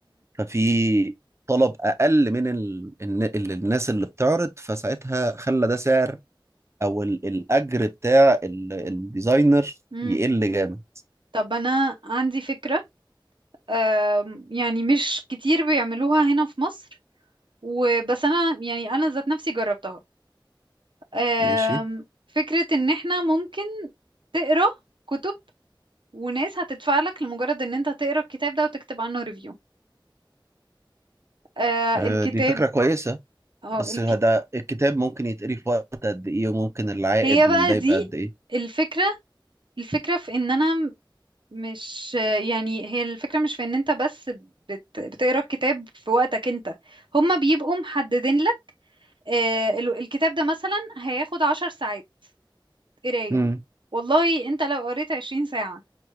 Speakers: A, on the right (about 35°); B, on the right (about 70°).
A: ففي طلب اقل من ال... الن- ال- الناس اللي بتعرض فساعتها خلى ده سعر او ال... الاجر بتاع ال... الديزاينر
B: مم.
A: يقل جامد
B: طب انا عندي فكرة آم، يعني مش كتير بيعملوها هنا في مصر وبس انا يعني انا ذات نفسي جربتها آم،
A: ماشي
B: فكرة ان احنا ممكن تقرا كتب وناس هتدفع لك لمجرد ان انت تقرا الكتاب ده وتكتب عنه ريفيو آه
A: آه،
B: الكتاب
A: دي فكرة كويسة
B: اه
A: بس
B: الك...
A: ده الكتاب ممكن يتقري في وقت قد ايه وممكن العائد
B: هي بقى
A: من ده
B: دي
A: يبقى قد ايه
B: الفكرة الفكرة في ان انا م- مش يعني هي الفكرة مش في ان انت بس بت... بتقرا الكتاب في وقتك انت هما بيبقوا محددين آه، ال- الكتاب ده مثلا هياخد عشر ساعات قراية
A: امم
B: والله انت لو قريت عشرين ساعة